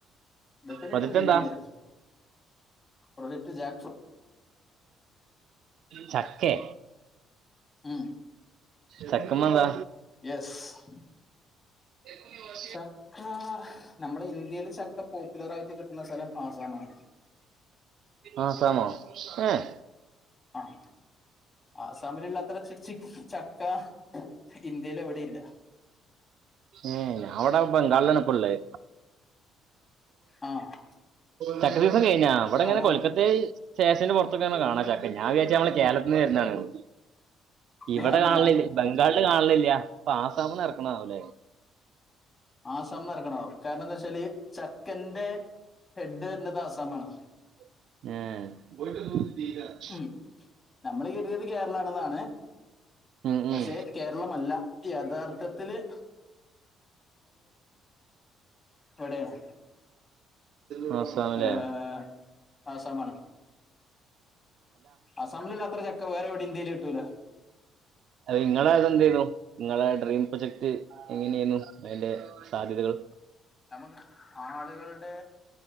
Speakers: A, on the left; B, on the right.
A: ഇതൊക്കൊരു
B: പ്രൊജക്റ്റ്
A: ത്രില്ലല്ലേ
B: എന്താ
A: പ്രൊജക്റ്റ് ജാ
B: ചക്കെ
A: ഉം
B: ചക്കമ്മെന്താ
A: യെസ്
B: <unintelligible>
A: ചക്ക നമ്മുടെ ഇന്ത്യൽ ചക്ക പോപ്പുലർ ആയിട്ട് കിട്ടുന്ന സ്ഥലം ആസമാണ്
B: ആസമോ ഏഹ്
A: ആഹ ആസാമിലിള്ള ഇത്ര ചി ചക്ക ഇന്ത്യയില് എവിടെയില്ല
B: ഏഹ് ഞാൻ ഇവിടെ ബംഗാളിലാണ് ഇപ്പൊ ഇള്ളത്
A: ആഹ്
B: ചക്ക ദിവസം കഴിഞ്ഞ അവിടെങ്ങനെ
A: അപ്പൊ
B: കൊൽക്കത്ത സ്റ്റേഷന്റെ പുറത്തൊക്കെ കാണാ ചക്ക ഞാൻ വിചാരിച്ച് ഞാമ്മളെ കേരളത്തിന്ന് വരുന്നതാണ്ന്ന് ഇവിടെ
A: ഏഹ് അല്ലല്ല
B: കാണലില്ല ബംഗാളിൽ കാണലില്ല അപ്പൊ ആസാമന്ന് ഇറക്കണാവുലേ
A: ആസാംന്ന് എറക്ക്ണതാവും കാരണം എന്താ വെച്ചാല് ചക്കന്റെ ഹെഡ് വരുന്നത് ആസം ആണ്
B: ഏഹ്
A: ഉം നമ്മൾ കെരുത്യേത് കേരള ആണെന്നാണ്
B: ഉം ഉം
A: പക്ഷെ കേരളമല്ല യയാഥാർത്ഥത്തില്ൽ ഇവിടെയാണ്
B: അഹ മല്ലേ
A: ഏഹ് ആസാമാണ് ആസമിലിള്ള അത്ര ചക്ക വേറെ എവിടേം ഇന്ത്യയിൽ കിട്ടൂല
B: അത ഇങ്ങളെ ഇത് എന്തെനു ഇങ്ങളെ ഡ്രീം പ്രൊജക്ട് എങ്ങനെന്നു അതിന്റെ സാധ്യതകൾ
A: നമുക്ക് ആളുകളുടെ